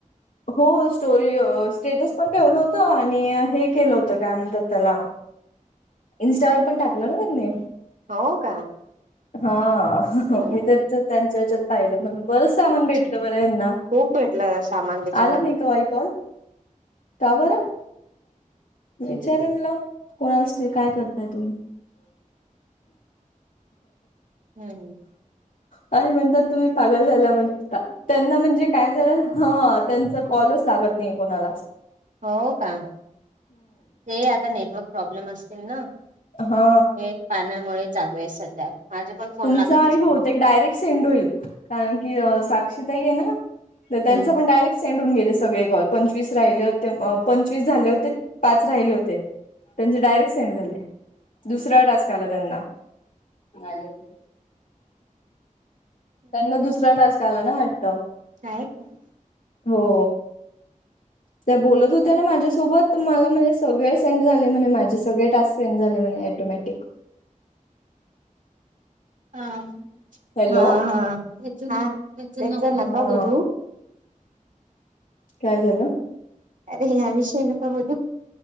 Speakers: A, on the left; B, on the right.
A: हो स्टोरी अ स्टेटस पण ठेवलं होतं आणि हे केलं होतं काय म्हणतात त्याला इन्स्टा वर पण टाकलं ना त्यांनी
B: हो का
A: हा
B: हम्म.
A: मी तेच त्यांच्या हच्यात पाहिलं म्हण बरंच सामान
B: अच्छा
A: भेटलं बरं यांना
B: खूप भेटलं सामान त्याच्यामध्ये
A: आला नाही का बायकॉल का बर विचार ना कोणालास तर काय करताय तुम्ही
B: हम्म हम्म
A: काय म्हणतात तुम्ही पागल झाला म्हणता त्यांना म्हणजे काय तर हा त्यांचा कॉलच लागत नाही कोणाला
B: हो का, ते आता नेटवर्क प्रॉब्लेम असतील ना.
A: हा.
B: हे पाण्यामुळे चालू आहे सध्या. माझे पण फोन
A: तुमचाही
B: लागतच
A: बहुतेक
B: नाही
A: डायरेक सेंड होईल कारण की अ साक्षी ताई हाय ना त्यांचा
B: हम्म
A: पण डायरेक सेंड होऊन गेले सगळे कॉल पंचवीस राहिले होते पंचवीस झाले होते पाच राहिले होते. त्यांचे डायरेक्ट सेंड झाले, दुसरा टास्क आला त्यांना. <inaudible> त्यांना दुसरा टास्क आला ना वाटतं.
B: हाय पण
A: हो. त्या बोलत होत्या ना माझ्यासोबत मला म्हणे सगळे सेंड झाले म्हणे माझे सगळे टास्क. झाले म्हणे ऍटोमॅटिक.
B: हा,
A: हॅलो
B: हा हा, हेच हेच नका
A: हा
B: बोलू.
A: काय झालं?
B: अरे ह्या विषय नका बोदू.